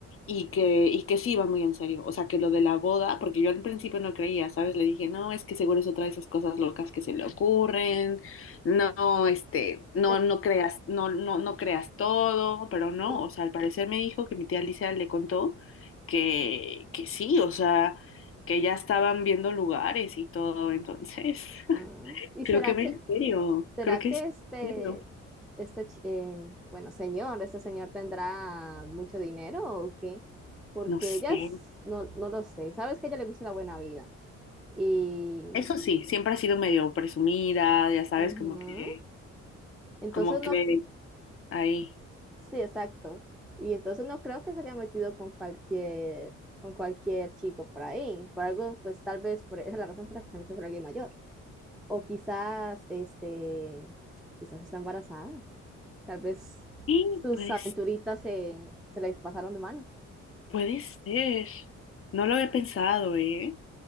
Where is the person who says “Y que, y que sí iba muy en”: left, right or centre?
Left